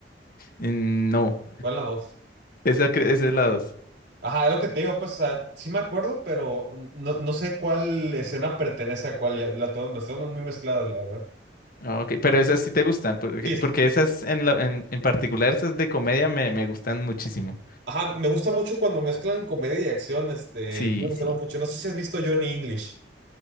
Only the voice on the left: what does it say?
Mm, No,
esa, cre- esa es la dos.
Ah, Ok, pero esas sí te gustan, porque,
porque esas en, lo- en, en particular, esas de comedia me, me gustan muchísimo.
Sí,
sí.